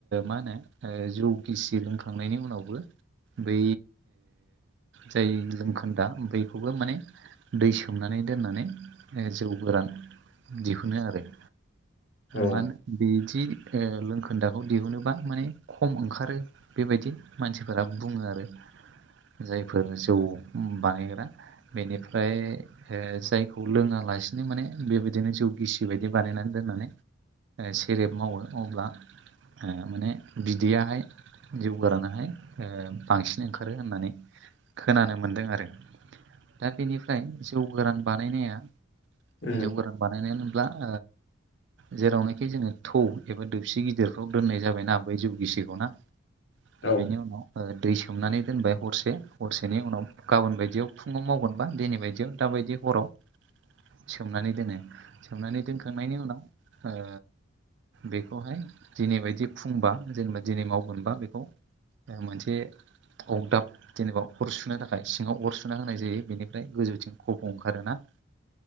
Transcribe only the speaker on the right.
मा होनो जौ गिसि रोंखांनायनि उनावबो बै जाय लोमखोन्दा बैखौबो माने दै सोमनानै दोननानै जौ गोरान दिहुनो आरो।
मा बिदि लोंखोन्दाखौ दिहुनोबा माने खम ओंखारो? बेबायदि मानसिफोरा बुङो आरो जायफोर जौ बानायग्रा। बेनिफ्राय जायखौ लोङालासिनो माने बेबायदिनो जौ गिसिबाय। बिदि बानायनानै दोननानै सेरेब मावो अब्ला माने बिदैयाहाय जिउ गारानहाय बांसिन ओंखारो होननानै खोनानो मोन्दों आरो दा बेनिफ्राय जौ गोरान बानायनाया
जौ गोरान बानायनायानो होनब्ला <inaudible> जेरावनोखि जोङो थौ एबा दोबसि गिदिरखौ दोननाय जाबायना बै जौ गिसिखौ ना
बेनि उनाव दै सोमनानै दोनबाय हरसे हरसेनि उनाव गाबोन बायदियाव फुङाव मावगोनबा दिनै बायदियाव दााबायदि हराव सोमनानै दोनो सोमनानै दोनखांनायनि उनाव ओ बेखौहाय दिनैबायायदि फुंबा जेनेबा दिनै मावगोनबा बेखौ मोनसे अगदाब जेनेबा अर सुनो थाखाय सिङाव अर सुना होनाय जायो बेनिफ्राय गोजौथिं खब' ओंखारोना